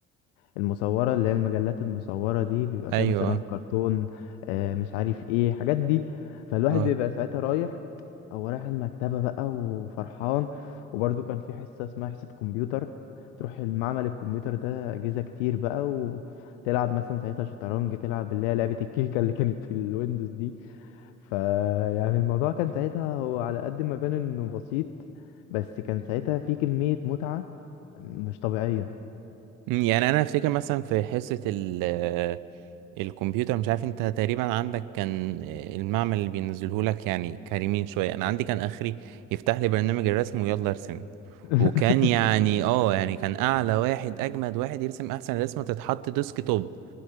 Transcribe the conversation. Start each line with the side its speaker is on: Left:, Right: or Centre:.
Left: المصورة اللي هي المجلات المصورة دي بيبقى
Right: ايوه
Left: فيها مثلا كرتون آه، مش عارف ايه حاجات دي فالواحد
Right: اه
Left: بيبقى ساعتها رايح هو رايح المكتبة بقى وفرحان وبرضه كان في حصة اسمها حصة كمبيوتر تروح المعمل الكمبيوتر ده أجهزة كتير بقى وتلعب مثلا ساعتها شطرنج تلعب اللي هي لعبة الكيكة اللي كانت في الويندوز دي فيعني الموضوع كان ساعتها هو على قد ما بان انه بسيط بس كان ساعتها في كمية متعة مش طبيعية
Right: مم، يعني انا افتكر مثلا في حصه ال آه، الكمبيوتر مش عارف انت تقريبا عندك كان آه، المعمل اللي بينزله لك يعني كريمين شويه انا عندي كان اخري يفتح لي برنامج الرسم ويلا ارسم
Left: <laughs>
Right: وكان يعني اه يعني كان اعلى واحد اجمد واحد يرسم احسن رسمه تتحط ديسك توب